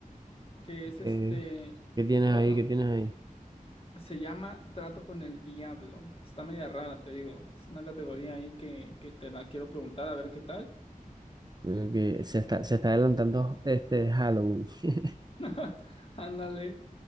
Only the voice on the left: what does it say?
que es
este,
bueno,
se llama Trato con el Diablo. Está media rara, te digo. Es una categoría ahí que, que te la quiero preguntar a ver qué tal.
<laughs> Ándale.